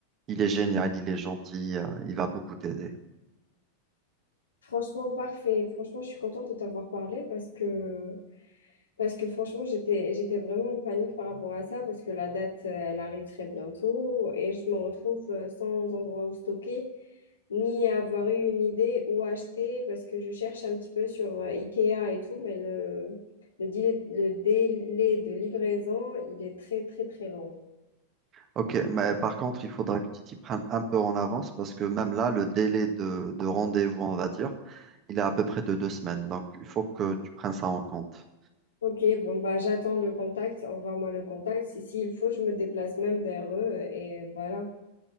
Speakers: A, on the right; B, on the left.
A: il est génial, il est gentil, euh, il va beaucoup t'aider.
B: Franchement, parfait. Franchement, je suis contente de t'avoir parlé parce que Parce que franchement, j'étais, j'étais vraiment en panique par rapport à ça, parce que la date, euh, elle arrive très bientôt et je me retrouve euh, sans endroit où stocker, ni avoir eu une idée où acheter, parce que je cherche un petit peu sur euh, Ikea et tout, mais le, le, délai, le délai de livraison, il est très, très, très long.
A: Ok, mais par contre, il faudra que tu t'y prennes un peu en avance parce que même là, le délai de, de rendez-vous, on va dire, il est à peu près de deux semaines. Donc, il faut que tu prennes ça en compte.
B: Ok, bon, bah, j'attends le contact, envoie-moi le contact. Si, s'il faut, je me déplace même vers eux et voilà.